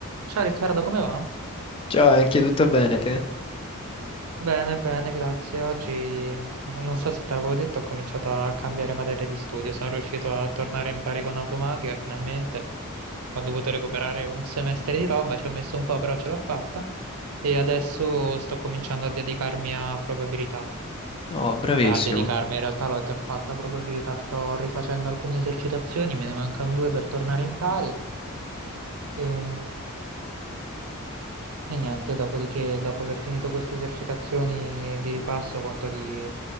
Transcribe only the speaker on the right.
Ciao Riccardo, come va?
Bene, bene, grazie. Oggi, non so se te l'avevo detto, ho cominciato a cambiare materia di studio. Sono riuscito a tornare in pari con automatica, finalmente. Ho dovuto recuperare un semestre di roba, ci ho messo un po', però ce l'ho fatta. E adesso sto cominciando a dedicarmi a probabilità.
Cioè, a dedicarmi, in realtà l'ho già fatta a probabilità. Sto rifacendo alcune esercitazioni, me ne mancano due per tornare in pari. Ehm, E niente, dopodiché, dopo aver finito queste esercitazioni di ripasso, conto di